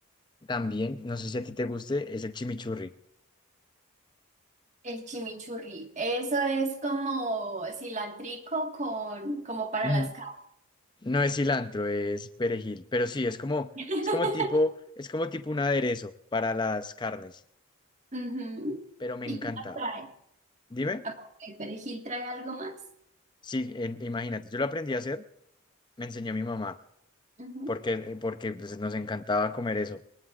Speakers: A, on the left; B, on the right.
A: también, no sé si a ti te guste, es el chimichurri.
B: El chimichurri. Eso es como cilantrico con, como para
A: Mm,
B: las carnes.
A: no es cilantro, es perejil, pero sí, es como,
B: <laughs>
A: es como tipo, es como tipo un aderezo para las carnes,
B: Ujú.
A: pero me
B: ¿Y
A: encanta.
B: qué más trae?
A: Dime,
B: Aparte del perejil, ¿trae algo más?
A: sí, en- imagínate, yo lo aprendí a hacer, me enseñó mi mamá,
B: Ujú.
A: porque, porque pues, nos encantaba comer eso.